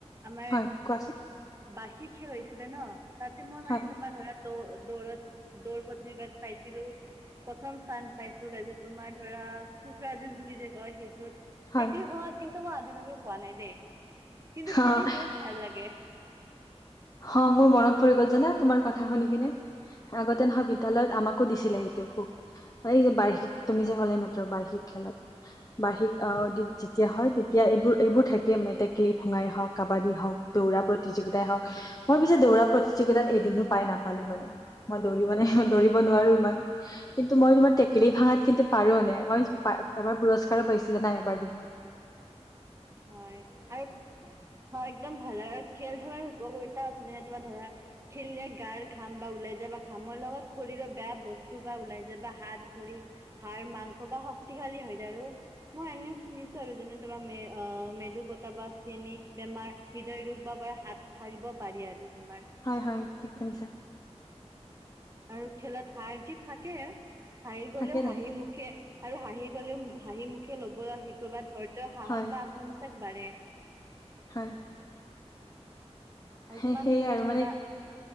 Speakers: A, on the right (about 25°); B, on the left (about 30°).
A: আমাৰ
B: হয়, কোৱাচোন?
A: বাৰ্ষিক খেল হৈছিলে ন তাতে মই
B: ফা
A: মানে ধৰা দ দৌৰত দৌৰ প্ৰতিযোগীতাত পাইছিলো। প্ৰথম স্থান পাইছো, তাৰপিছত তোমাৰ ধৰা কুকুৰা যুঁজ বুলি যে কয় সেইটোত
B: হয়,
A: টেকেলি ভাঙাত কিন্তু মই আজিলৈকে পোৱা নাই দেই, কিন্তু খেলি
B: অ',
A: বহুত ভাল লাগে।
B: অ মোৰ মনত পৰি গ'ল জানা তোমাৰ কথা শুনি কিনে। আগতে নহয় বিদ্যালয়ত আমাকো দিছিলে এইটো খুব, এই যে বাৰ্ষিক তুমি যে ক'লা এইমাত্ৰ বাৰ্ষিক খেলত। বাৰ্ষিক আহ যেতিয়া হয় তেতিয়া এইবোৰ এইবোৰ থাকে মানে টেকেলি ভঙাই হওক কাবাডী হওক। দৌৰা প্ৰতিযোগিতাই হওক, মই পিছে দৌৰা প্ৰতিযোগিতাত এদিনো পাই নাপালো মানে। মই দৌৰি ম নে দৌৰিব নোৱাৰো ইমান! কিন্তু মই তোমাৰ টেকেলি ভাঙাত কিন্তু পাৰো মানে, মই এবাৰ পুৰস্কাৰো পাইছো জানাই এবাৰ তমি উম।
A: হয় আৰু হয় একদম ভাল আৰু খেল খেলাৰ উপকাৰিতাও আছে যেনে তোমাৰ ধৰা খেলিলে গাৰ ঘাম বা ওলাই যাব বা ঘামৰ লগত শৰীৰৰ বেয়া বস্তু বা ওলাই যাবা হাত ভৰি হাড়, মাংস বা শক্তিশালী হৈ যায় আৰু, মই এনে শুনিছো যেনে তোমাৰ মে মেদু বতাহ বা চেনি বেমাৰ হৃদয় ৰোগ বা বাৰ হাত সাৰিব পাৰি আৰু তোমাৰ।
B: হয় হয় ঠিক শুনিছা।
A: আৰু খেলত হাৰ জিত থাকে, হাৰি গ'লেও
B: থাকে থাকে
A: হাঁহি মুখ খে আৰু হাঁহি গ'লেও হাঁহি মুখে ল'বলৈ শিকিবা ধৈৰ্যৰ সাহস
B: হয়
A: বা আত্মবিশ্বাস বাঢ়ে।
B: হয়।
A: আৰু
B: সেই
A: তোমাক
B: সেয়াই আৰু
A: ধৰা
B: মানে